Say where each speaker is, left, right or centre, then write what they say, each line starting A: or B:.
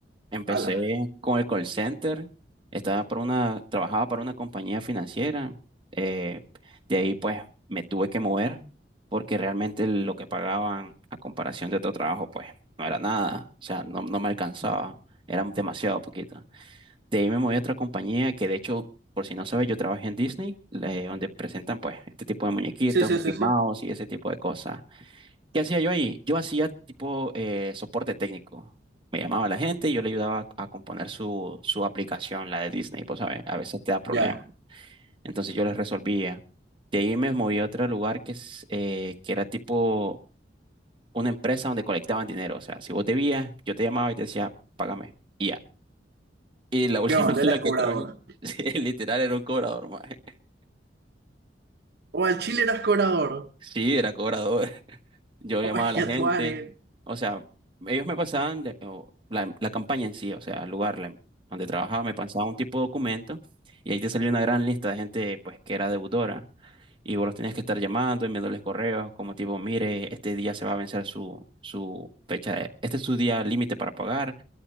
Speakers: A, on the right (about 30°); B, on the right (about 60°).
A: Empecé
B: Ala.
A: con el call center, estaba para una, trabajaba para una compañía financiera. eh, de ahí pues me tuve que mover porque realmente lo que pagaban a comparación de otro trabajo pues no era nada, o sea, no, no me alcanzaba, era demasiado poquito. De ahí me moví a otra compañía que de hecho, por si no sabes, yo trabajé en Disney, eh, donde presentan pues este tipo de muñequitos,
B: Sí, sí,
A: Mickey
B: sí,
A: Mouse
B: sí.
A: y ese tipo de cosas. ¿Qué hacía yo ahí? Yo hacía tipo eh, soporte técnico. Me llamaba la gente y yo le ayudaba a componer su, su aplicación, la de Disney, pues, ¿sabes? A veces te da problemas.
B: Ya.
A: Entonces yo les resolvía. De ahí me moví a otro lugar que, es, eh, que era tipo una empresa donde colectaban dinero. O sea, si vos debías, yo te llamaba y te decía, págame. Y ya. Y la última
B: ¿Qué onda?
A: <laughs> en
B: Eras
A: la que
B: cobrador.
A: trabajé, <laughs> sí, literal, era un cobrador, maje.
B: O al Chile eras cobrador.
A: Sí, era cobrador. Yo llamaba
B: O es
A: a la
B: que
A: gente,
B: tú, <laughs> Ani.
A: o sea, ellos me pasaban de- o la, la campaña en sí, o sea, el lugar la- donde trabajaba, me pasaban un tipo de documento y ahí te salía una gran lista de gente pues que era deudora y vos los tenías que estar llamando, enviándoles correos como tipo, mire, este día se va a vencer su, su fecha, de- este es su día límite para pagar,